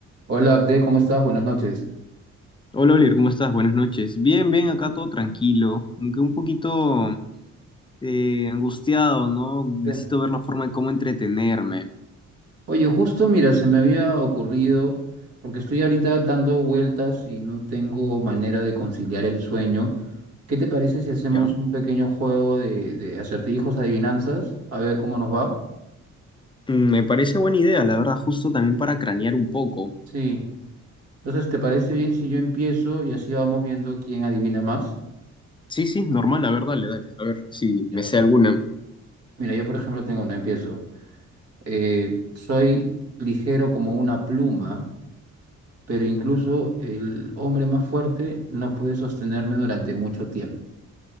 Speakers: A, on the right; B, on the left.
A: Hola Abdel, ¿cómo estás? Buenas noches.
B: Hola Oliver, ¿cómo estás? Buenas noches. Bien, bien, acá todo tranquilo, aunque un poquito eh, angustiado, ¿no? Necesito
A: Bien.
B: ver la forma de cómo entretenerme,
A: Oye, justo mira, se me había ocurrido, porque estoy ahorita dando vueltas y no tengo manera de conciliar el sueño. ¿Qué te parece si hacemos
B: ¿ya?
A: un pequeño juego de, de acertijos, adivinanzas? A ver cómo nos va.
B: Mm, Me parece buena idea, la verdad, justo también para cranear un poco.
A: Sí. Entonces, ¿te parece bien si yo empiezo y así vamos viendo quién adivina más?
B: Sí, sí, normal, la verdad. dale, dale, a ver si
A: Ya.
B: me sé alguna.
A: Mira, yo por ejemplo tengo una, empiezo. Eh, soy ligero como una pluma. pero incluso el hombre más fuerte no puede sostenerme durante mucho tiempo.